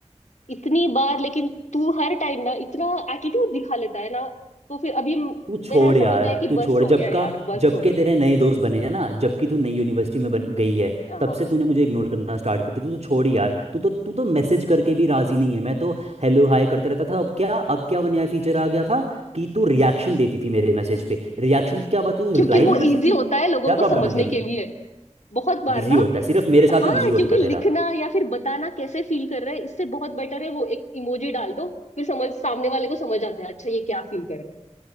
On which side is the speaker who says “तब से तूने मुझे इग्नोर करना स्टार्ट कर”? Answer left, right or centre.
Right